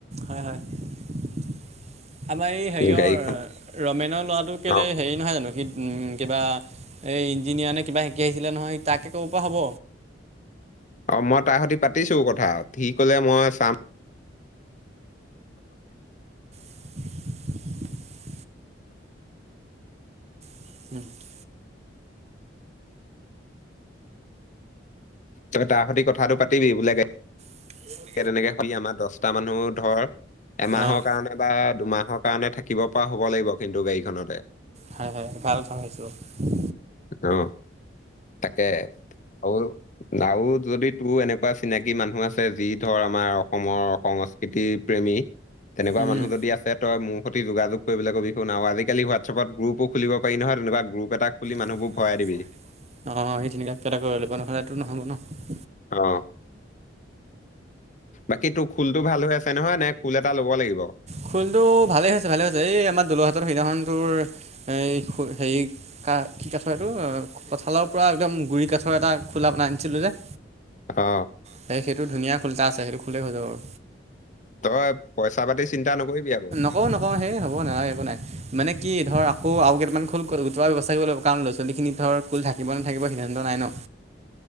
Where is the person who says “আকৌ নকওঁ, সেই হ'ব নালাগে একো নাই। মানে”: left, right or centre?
Right